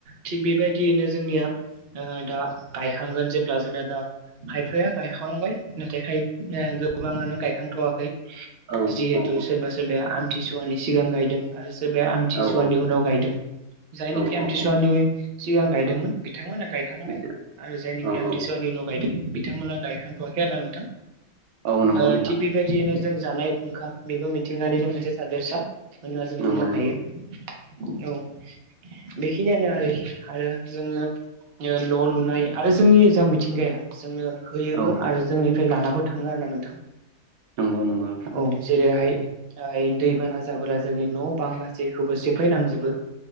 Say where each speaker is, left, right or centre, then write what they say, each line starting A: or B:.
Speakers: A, on the right; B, on the right.
A: थिग बेबायदियैनो जोंनिया दा दा गायखांनानै जेब्ला दा खायफाया गायखांबाय नाथाय खायफा गोबाङानो गायखांथ'वाखै।
B: औ
A: जिहेथु
B: औ
A: सोरबा सोरबाया आमथिसुवानि सिगां गायदों। आरो सोरबाया आमथिसुवानि
B: औ
A: उनाव गायदों जायनिखि
B: औ
A: आमथिसुवानि
B: औ औ
A: सिगां गायदोंमोन बिथांमोना गायखांबाय
B: बिसोर
A: आरो जायनिखि
B: औ
A: आमथिसुवानि
B: औ
A: उनाव गायदों बिथांमोना गायखांथ'वाखै आरो ना नोंथां।
B: औ नंगौ
A: ओ
B: नोंथां
A: थिग बेबायदियैनो जों जानाय ओंखाम बेबो मिथिंगानिनो मोनसे थादेरसा। होनना जों
B: नंगौ
A: बुंनो हायो
B: नंगौ
A: औ बेखिनियानो आरोखि आरो जोंङो ओ न' लुनाय आरो जोंनि जा मिथिंगाया जोंनो होयोबो
B: औ
A: आरो जोंनिफ्राय लानाबो थांङो आरो ना नोंथां।
B: नंगौ नंगौ नोंथां।
A: औ जेरैहाय दैबाना जाबोला जोंनि न' बां गासैखौबो सेफायलांजोबो।